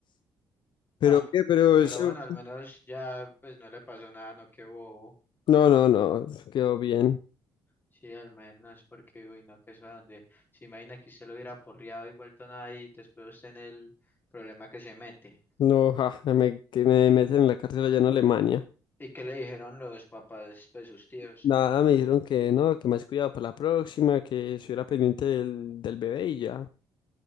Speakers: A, on the left; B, on the left.
A: ¿Pero
B: Ah,
A: qué? Pero
B: pero
A: eso,
B: bueno, al menos ya pues no le pasó nada, no, qué bobo.
A: no, no, no, quedó bien.
B: Sí, al menos, porque, uy, no, que eso a donde. Se imagina que usted lo hubiera porreado y vuelto nada y después usted en el problema que se mete.
A: No, ja, me, que me meten en la cárcel allá en Alemania.
B: ¿Y qué le dijeron los papás, pues sus tíos?
A: Nada, me dijeron que no, que más cuidado para la próxima, que estuviera pendiente del, del bebé y ya.